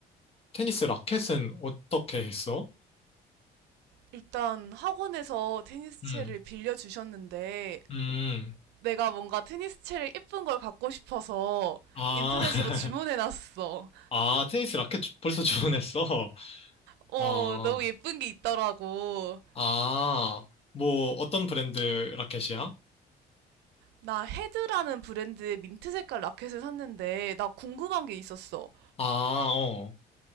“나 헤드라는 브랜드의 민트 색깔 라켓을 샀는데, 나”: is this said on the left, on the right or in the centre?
Right